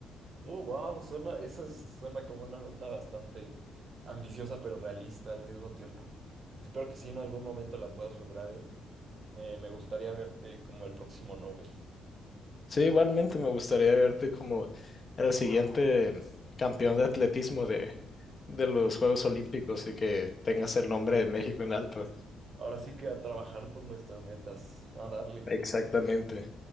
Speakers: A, on the right; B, on the left.
A: Oh, wow, suena, eso es- suena como una meta bastante ambiciosa pero realista al mismo tiempo. Espero que sí en algún momento la puedas lograr, ¿eh? Me, me gustaría verte como el próximo Nobel.
B: Sí, igualmente me gustaría verte como el siguiente campeón de atletismo de, de los Juegos Olímpicos y que tengas el nombre de México en alto.
A: Ahora sí que a trabajar por nuestras metas, a darle.
B: Exactamente.